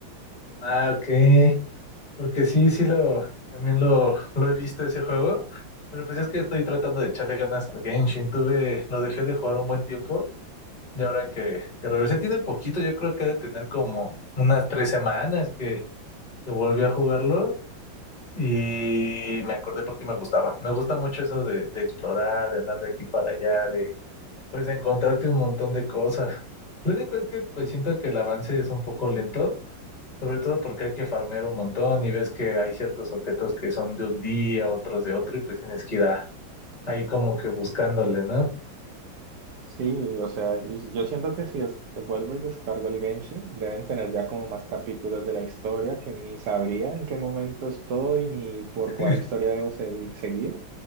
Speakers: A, on the left; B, on the right.
A: Ah, ok. Porque sí, sí lo, también lo, lo he visto ese juego, pero pues es que estoy tratando de echarle ganas al Genshin. Tuve, lo dejé de jugar un buen tiempo y ahora que, que regresé tiene poquito, yo creo que ha de tener como unas tres semanas que, que volví a jugarlo Y me acordé porque me gustaba. Me gusta mucho eso de, de explorar, de andar de aquí para allá, de pues de encontrarte un montón de cosas. Lo único es que pues siento que el avance es un poco lento, sobre todo porque hay que farmear un montón y ves que hay ciertos objetos que son de un día, otros de otro, y pues tienes que ir a- ahí como que buscándole, ¿no?
B: Sí, o sea, y yo siento que si des- vuelvo y descargo el Genshin, deben tener ya como más capítulos de la historia que ni sabría en qué momento estoy ni por
A: <laughs>
B: cuál historia debo se- seguir.